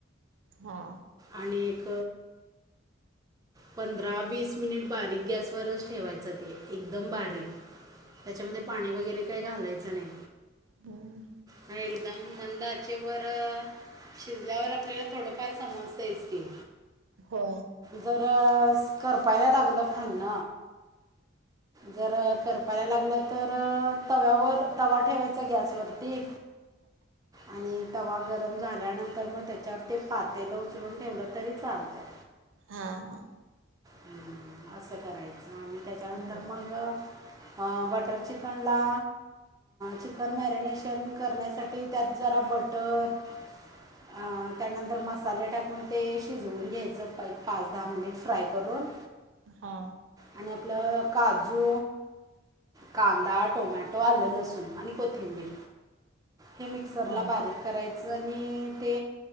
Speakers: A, on the right (about 80°); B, on the right (about 20°).
A: हा.
B: आणि एक पंधरा वीस मिनिट बारीक गॅसवरच ठेवायच ते. एकदम बारीक. त्याच्यामध्ये पाणी वैगरे काहीच घालायचं नाही.
A: हम्म
B: हा एकदम मंद आचेवर तं.. शिजल्यावर आपल्याला थोडंफार समजतंयेच कीं.
A: हो.
B: तर करपाया लागलं खालन, जर करपाया लागलं तर... तव्यावर तवा ठेवायचा गॅसवरती. आणि तवा गरम झाल्यानंतर न त्याच्यावर ते पातेलं उचलून ठेवलं तरी चालतंय.
A: हा हा
B: हं.. असं करायचं आणि त्याच्यानंतर
A: हम्म
B: मग अ बटर चिकनला, चिकन मॅरीनेशन करण्यासाठी त्यात जरा बटर, अ.. त्यानंतर मसाले टाकून ते शिजवून घ्यायचं पाय पाच - दहा मिनिट फ्राय करून
A: हा...
B: आणि आपलं काजू, कांदा, टोमॅटो, आलं लसूण. आणि कोथिंबीर. हे मिक्सरला
A: हा
B: बारीक कराय च नी.. ते